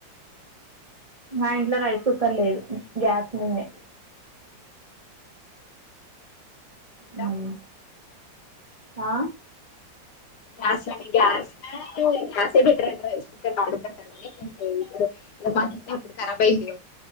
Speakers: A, on the right; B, on the left.
A: మా ఇంట్లా రైస్ కుక్కర్ లేదు గ్యాస్ మీదనే.
B: ఇంకా
A: హ్ ఆ
B: గ్యాస్ లనే గ్యాస్ గ్యాసే బెటర్ అంటా రైస్ కుక్కర్ వాడద్దు అంటా <inaudible> మాకి <inaudible> ఇప్పుడు కరాబ్ అయింది